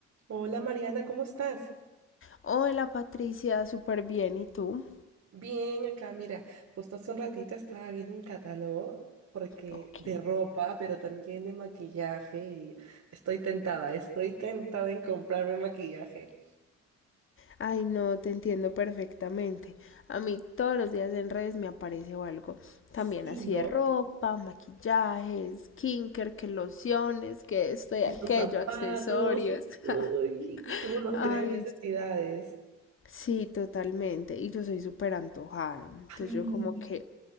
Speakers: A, on the right; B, on the left.
A: Hola Mariana, ¿cómo estás?
B: Hola Patricia, súper bien. ¿Y tú?
A: Bien, acá mira, justo hace un ratito estaba viendo un catálogo porque
B: Ok.
A: de ropa, pero también de maquillaje y estoy tentada, estoy tentada en comprarme maquillaje.
B: Ay, no, te entiendo perfectamente. A mí todos los días en redes me aparece o algo.
A: Sí,
B: También así
A: ¿no?
B: de ropa, maquillajes, skincare, que lociones, que esto y
A: Y
B: aquello,
A: los zapatos,
B: accesorios.
A: y
B: <laughs>
A: uy, cómo nos
B: Ay,
A: crean necesidades.
B: sí, totalmente. Y yo soy súper antojada. Entonces
A: Ay,
B: yo como que